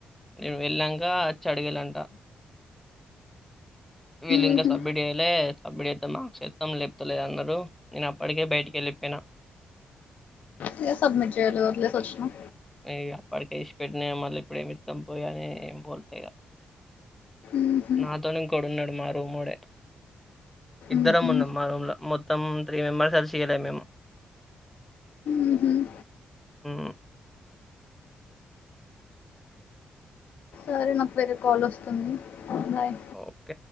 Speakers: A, in the centre; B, on the left (about 70°).
A: నేను వెళ్ళాక వచ్చి అడిగిలంట వీళ్ళు ఇంకా
B: ఊహు
A: సబ్మిట్ చేయ్యాలే సబ్మిట్ చేస్తే మార్క్స్ ఏస్తాం లేపోతేలేదన్నారు నేనప్పటికే బయటికిెళ్ళి పోయిన
B: ఇగ సబ్మిట్ చేయాలె వదిలేసి వచ్చినవా
A: ఇగ అప్పటికే విడిచి పెట్టినా ఇగ మళ్ళ ఇప్పుడెమిద్దం పోయ్ అని ఏం పోట్లే ఇగ
B: ఊహు
A: నాతో ఇంకోడున్నాడు మా రూముోడే ఇద్దరం
B: ఊహు
A: ఉన్నాం మా రూమ్ లో మొత్తం త్రీ మెంబర్స్ అసలు చేయలే మేము
B: ఊహు
A: మ్
B: సరే నాకు వేరే కాల్ వస్తుంది బాయ్
A: ఓకే